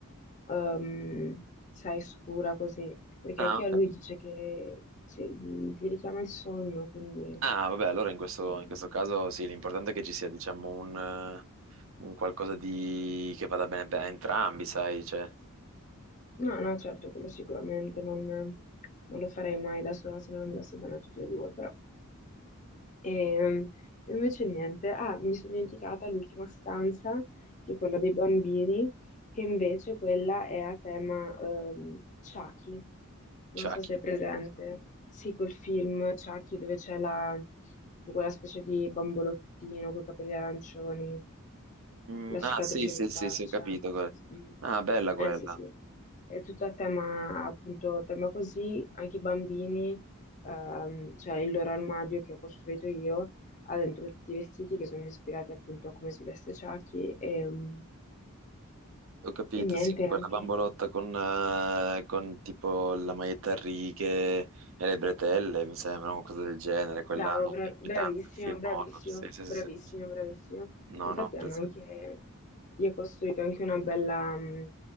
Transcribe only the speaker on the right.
Ah,
ok.
Ah, vabbè, allora in questo,
in questo caso sì, l'importante è che ci sia, diciamo, un, eh, un qualcosa di... che vada bene a entrambi, sai, cioè,
sciacchi.
Mm,
ah, sì, sì,
sì,
sì, ho capito. quella.
Ah, bella quella.
Ho capito,
sì, quella
bambolotta con, eh, con tipo la maglietta a righe e le bretelle, mi sembra, qualcosa del genere, quella
inquietante,
il film
horror, sì, sì,
sì, sì.
No,
no, presente.